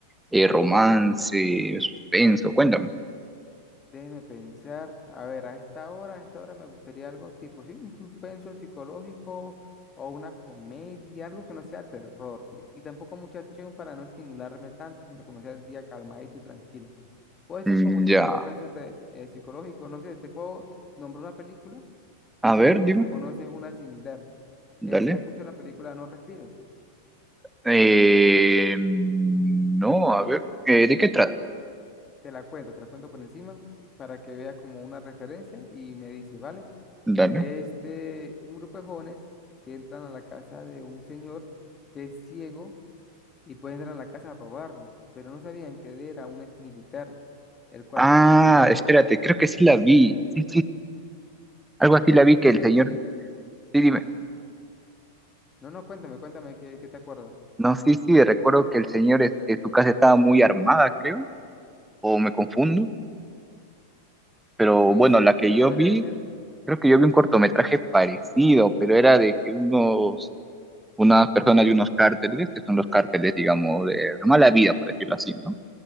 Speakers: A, in the centre; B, on the left (about 20°).
A: eh, romance, suspenso, cuéntame.
B: Déjeme pensar, a ver, a esta hora, a esta hora me gustaría algo tipo, sí, un suspenso psicológico o una comedia, algo que no sea terror, ¿sí? Y tampoco mucha acción para no estimularme tanto, sino comenzar el día calmadito y tranquilo. Puede ser
A: Mm,
B: como si
A: ya,
B: un suspenso te- eh, psicológico, no sé, te puedo nombrar una película
A: a
B: y tú
A: ver,
B: me dices
A: dime,
B: si conoces una similar.
A: dale.
B: Esta, escucho la película No Respires,
A: Eh, mm, no, a ver, eh, ¿de qué trata?
B: te la cuento, te la cuento por encima para que veas como una referencia y me dices, ¿vale?
A: Dale.
B: Es de un grupo de jóvenes que entran a la casa de un señor que es ciego y pues entran a la casa a robarle, pero no sabían que él era un ex militar, el cual
A: Ah,
B: pues se podría decir,
A: espérate, creo que sí la vi. Sí, algo así la
B: si
A: vi que
B: quiere,
A: el señor... Sí, dime.
B: ajá, no, no, cuéntame, cuéntame, ¿qué, qué te acuerdas?
A: No, sí, sí, recuerdo que el señor, este, su casa estaba muy armada, creo, o me confundo, pero
B: Sí,
A: bueno,
B: sí,
A: la que
B: se
A: yo
B: podría
A: vi,
B: decir.
A: creo que yo vi un cortometraje parecido, pero era de que unos, unas personas de unos cárteles, que son los cárteles, digamos, de la mala vida, por decirlo así, ¿no?